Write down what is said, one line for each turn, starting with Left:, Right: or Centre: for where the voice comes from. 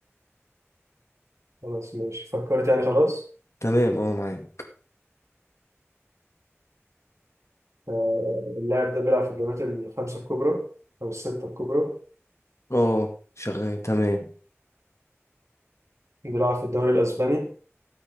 Right: خلاص ماشي فكرت يعني خلاص
Left: تمام اه معاك
Right: آه، اللاعب ده بيلعب في الدوريات الخمسة الكبرى أو الستة الكبرى
Left: اه شغال تمام
Right: بيلعب في الدوري الأسباني